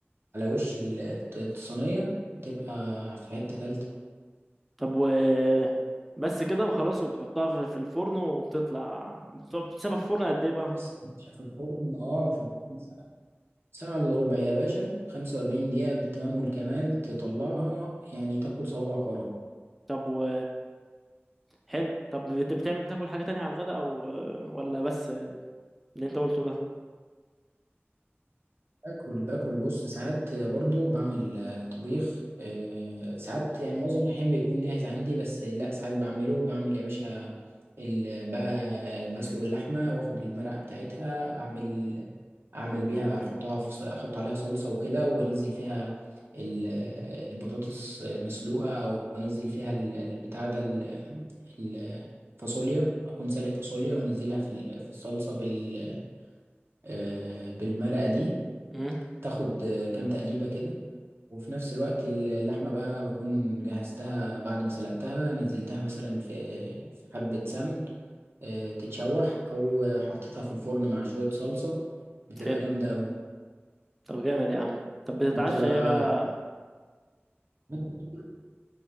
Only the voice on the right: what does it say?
على وش ال- الصينية بتبقى في حتة تالتة
بس يا باشا في الفرن اه في الفرن ساعة ساعة إلا ربع يا باشا خمسة وأربعين دقيقة بالتمام والكمال تطلعها يعني تاكل صوابعك وراها
باكل باكل بص ساعات برضو بعمل آه، طبيخ آه، ساعات يعني معظم الأحيان بيكون جاهز عندي بس لا ساعات بعمله بعمل يا باشا ال- ب- بسلق اللحمة واخد المرقة بتاعتها اعمل اعمل بيها احطها في ص- احط عليها صلصة وكده وانزل فيها ال- البطاطس المسلوقة او انزل فيها ال- البتاع ده ال- الفاصوليا اكون سالق فاصوليا وانزلها في ال- في الصلصة بال آه، بالمرقة دي
تاخد آه، كام تقليبة كده وفي نفس الوقت اللحمة بقى بكون جهزتها بعد ما سلقتها نزلتها مثلا في في حبة سمن آه، تتشوح أو آه، حطيتها في الفرن مع شوية صلصة بتبقى
جامدة أوي
أنت بقى
<laughs>